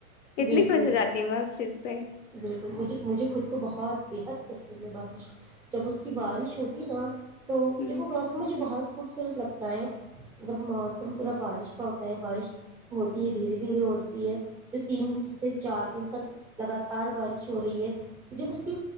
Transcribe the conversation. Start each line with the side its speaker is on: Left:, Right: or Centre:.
Left: اتنی
Centre: بالکل
Left: خوش ہو جاتی ہوں میں اس چیز سے
Centre: بالکل مجھے مجھے خود کو بہت بےحد ت میں بارش جب اس کی بارش ہوتی نا تو
Left: ہ
Centre: جب وہ گاؤس مجھے بہت <unintelligible> خوبصورت لگتا ہے جب موسم پورا بارش کا ہوتا ہے بارش ہوتی ہے دھیرے دھیرے ہوتی ہے جو تین سے چار دن تک <unintelligible> لگاتار بارش ہو رہی ہے جب اس کی